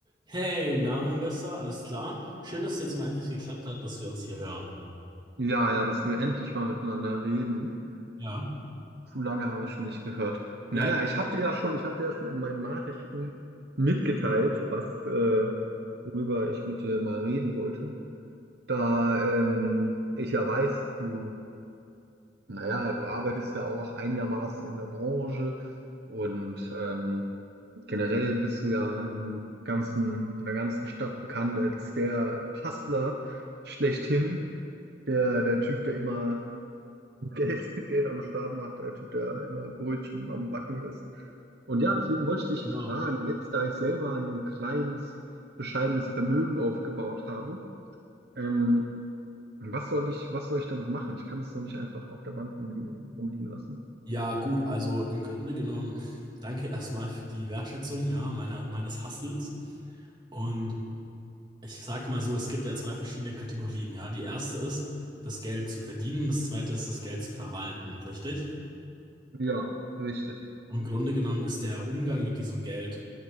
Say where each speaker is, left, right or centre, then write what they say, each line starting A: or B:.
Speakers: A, on the right; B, on the right.
A: Hey, na, mein Bester, alles klar? Schön, dass es jetzt mal endlich geklappt hat, dass wir uns hier hören.
B: Ja, ja, dass wir endlich mal miteinander reden.
A: Ja.
B: Zu lange haben wir schon nicht gehört. Naja,
A: Ja,
B: ich habe dir ja schon, ich habe dir ja schon in meinen Nachrichten mitgeteilt, was, äh, worüber ich mit dir mal reden wollte. Da ähm, ich ja weiß, dass du, naja, du arbeitest ja auch einigermaßen in der Branche und ähm, generell bist du ja im ganzen, in der ganzen Stadt bekannt als der Hustler schlechthin, der, der Typ, der immer Geld, <laughs> Geld am Start macht, der Typ, der immer Brötchen am Backen ist. Und ja, deswegen wollte ich dich
A: genau.
B: fragen, jetzt da ich selber ein kleines, bescheidenes Vermögen aufgebaut habe, ähm, was soll ich, was soll ich damit machen? Ich kann es so nicht einfach auf der Bank rumliegen, rumliegen lassen.
A: Ja, gut, also im Grunde genommen, <laughs> danke erstmal für die Wertschätzung, ja, meiner, meines Hustles. Und ich sage mal so, es gibt ja zwei verschiedene Kategorien, ja. Die erste ist, das Geld zu verdienen, das zweite ist, das Geld zu verwalten, richtig?
B: Ja, richtig.
A: Im Grunde genommen ist der Umgang mit diesem Geld